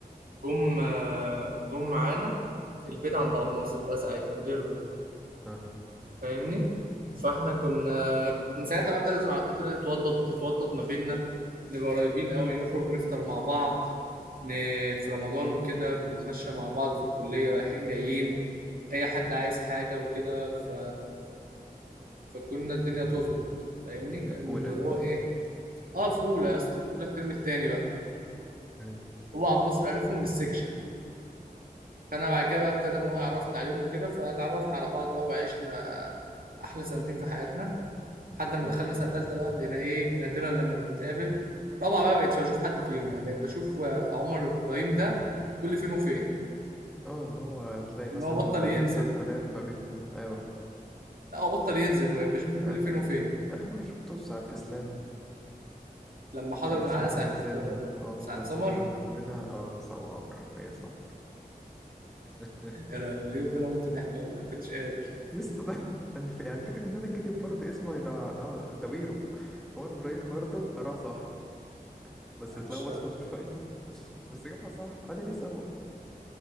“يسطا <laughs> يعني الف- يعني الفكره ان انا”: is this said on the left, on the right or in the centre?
Centre